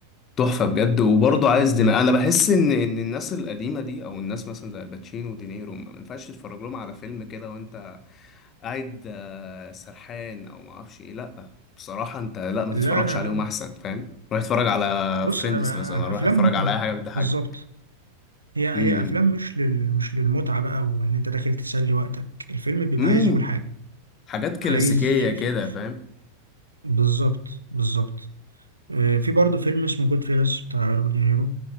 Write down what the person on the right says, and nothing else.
تحفه
فعلا
لا
لا
لا لا
بص
أنا-
افلامهم
بالظبط هي هي
افلام مش لل مش للمتعه بقى وان انت داخل تسلي وقتك الفيلم بيبقى
عايز يقول حاجه
عايز في
في
بالظبط بالظبط آه، في برضه فيلم اسمه جود فيلس بتاع روبرت دينيرو